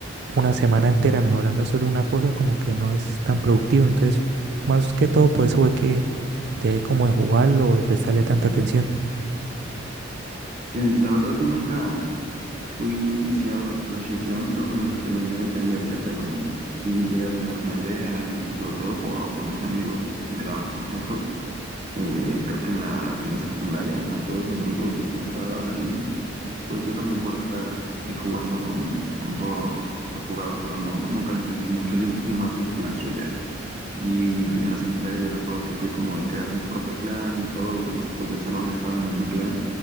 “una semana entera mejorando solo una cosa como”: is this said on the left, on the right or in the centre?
Right